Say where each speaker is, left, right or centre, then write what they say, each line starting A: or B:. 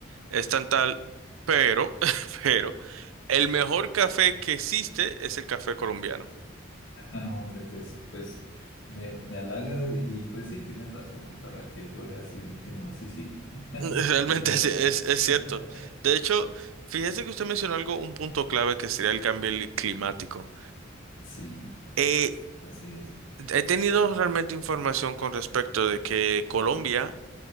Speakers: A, on the right; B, on the left.
A: Es tan tal, pero, <laughs> pero, el mejor café que existe es el café colombiano.
B: Ah, hombre, pues, pues me, me halagas y pues sí, tienes razón. ¿Para qué te voy a decir que no? Sí, sí.
A: <laughs>
B: <laughs>
A: Realmente
B: Es la verdad.
A: es, es, es cierto.
B: <laughs>
A: De hecho, fíjese que usted mencionó algo, un punto clave que sería el cambio li- climático.
B: Sí,
A: Eh,
B: así es.
A: he tenido realmente información con respecto de que Colombia